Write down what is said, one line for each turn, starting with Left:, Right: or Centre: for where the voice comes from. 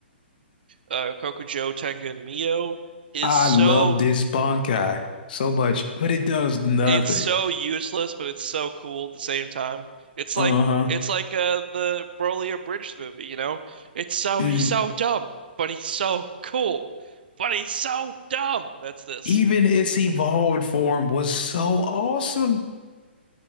Right: Uh, Kokujo Tengen Mio is
Left: I
Right: so
Left: love this Bankai so much, but it does nothing.
Right: It's so useless, but it's so cool at the same time. It's like
Left: Uh-huh.
Right: it's like uh the Broly Abridged movie, you know? It's so
Left: Mm.
Right: he's so dumb, but he's so cool. But he's so dumb. That's this.
Left: Even its evolved form was so awesome.